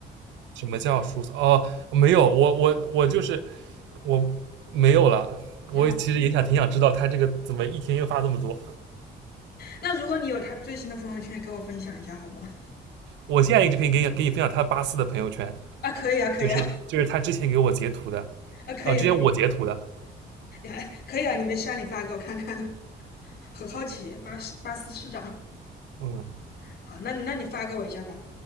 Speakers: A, on the right; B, on the left.
A: 什么叫疏散？哦，没有，我我我就是我没有了。
B: 嗯，
A: 我其实也想挺想知道他这个怎么一天又发这么多，
B: 那如果你有他最新的朋友圈，也给我分享一下好吗？
A: 我现在一直可以给你给你分享他八四的朋友圈，
B: 啊，可以啊，可以啊，
A: 就是就是他之前给我截图的，
B: 啊，可以啊，
A: 哦，呃之前我截图的，
B: 可以，你还可以啊，你没事啊，你发给我看看，<laughs> 很好奇。巴斯巴斯市长，
A: 嗯
B: 好，那你那你发给我一下吧。